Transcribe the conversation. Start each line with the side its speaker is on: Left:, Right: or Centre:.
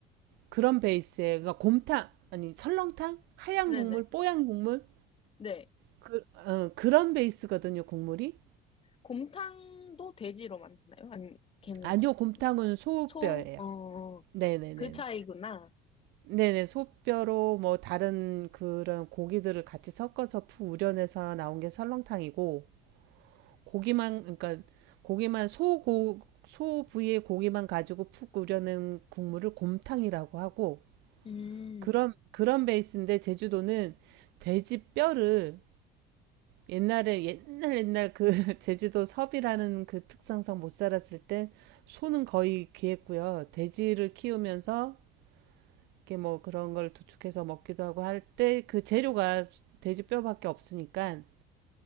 Right: 그런 베이스에 그러니까 곰탕 아니 설렁탕 하얀
Left: 네네.
Right: 국물 뽀얀 국물
Left: 네.
Right: 그, 어, 그런 베이스거든요 국물이.
Left: 곰탕도 돼지로 만드나요? 아니, 걔는
Right: 아니요
Left: 소,
Right: 곰탕은 소뼈예요.
Left: 소? 어,
Right: 네네네.
Left: 그 차이구나.
Right: 네네 소뼈로 뭐 다른 그런 고기들을 같이 섞어서 푹 우려내서 나온 게 설렁탕이고 고기만 그러니까 고기만 소고 소 부위의 고기만 가지고 푹 우려낸 국물을 곰탕이라고 하고
Left: 음,
Right: 그런 그런 베이스인데 제주도는 돼지 뼈를 옛날에 옛날 옛날 그 <laughs> 제주도 섭이라는 그 특성상 못 살았을 때 소는 거의 귀했고요. 돼지를 키우면서 이렇게 뭐 그런 걸 도축해서 먹기도 하고 할 때 그 재료가 돼지 뼈밖에 없으니까